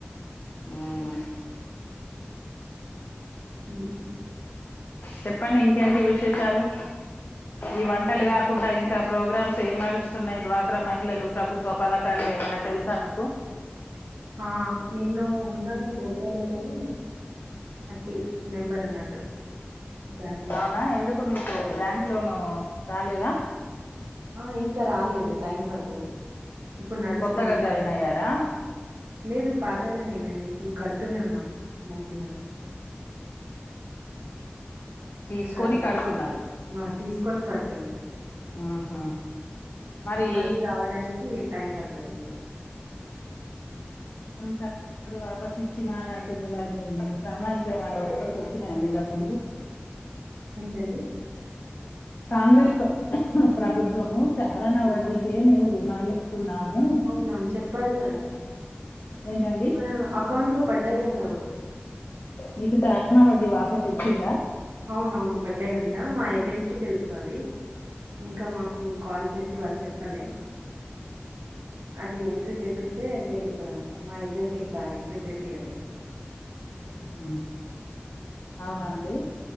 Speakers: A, on the left; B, on the right.
A: ఉం
B: ఉహు
A: చెప్పండి ఇంకేంటి విశేషాలు ఈ వంటలు
B: హ్మ్.
A: కాకుండా ఇంకా ఇంకా ప్రోగ్రామ్స్ ఏంనడుస్తున్నాయి డ్వాక్రా మహిళలు ప్రభుత్వ పథకాలు ఏమన్న తెలుసా మీకు
B: ఆ నేను ఉన్నాను డోక్రాలో కానీ అట్టి నెంబర్ అన్నట్టు దాంట్లో.
A: అవునా ఎందుకు మీ ఇప్పుడూ బ్యాంక్ లోను రాలేదా
B: ఆ ఇంకా రాలేదు టైం పడుత తది ఇప్పుడు నడుస్తుంది
A: కొత్తగా జాయిన్
B: కంటి
A: అయ్యారా
B: లేదు పాతగానే మేము ఎప్పుడు కడుతూనే ఉన్నాం మంత్లీ మంత్లీ
A: తీసుకొని
B: ఇంకా
A: కడుతున్నారు
B: ఆ తీసుకొని కడుతుంది
A: మ్మ్ హ్మ్ మరి
B: మళ్ళీ రావడానికి టైమ్ పడుతది కొంచెం
A: చాలా వాపస్ ఇచ్చినా అని అంటకుంది మరి ప్రమానికపస్ వచ్చినాయండి డబ్బులు
B: ఎంటండి
A: కాంగ్రెస్ ప్రభుత్వము చారన వడ్డీకే మేము రుణాలి ఉన్నాము
B: అవునవును. చెప్పారు కదా!
A: ఏంటండి
B: మా అకౌంట్‌లో పడ్డాయంట గూడా.
A: మీకు చారానా వడ్డీ ది వాపస్ వచ్చిందా
B: అవునవును పడ్డయంట మా ఏజెంట్ కి తెలుసు అది ఇంకా మాకు కాల్ చేసి వాళ్ళు చెప్పాలి అది ఎంట్రీ చేపిస్తే తెలుస్తుందంట మా ఏజెంట్ ఇంకా ఎంట్రీ చేపియ్యాలే
A: హుహ్మ్ అవునా అండి